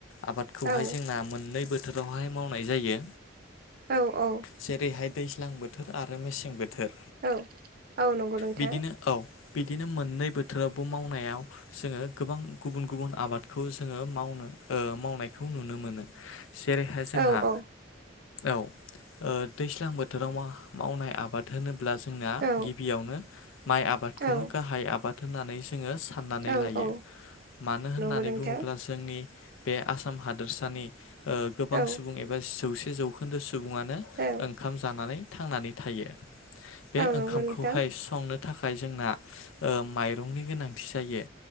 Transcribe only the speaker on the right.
औ
औ औ
औ औ नंगौ नोंथां।
औ औ
औ
औ
औ
औ
नंगौ नोंथां
औ
औ
औ
नंगौ नोंथां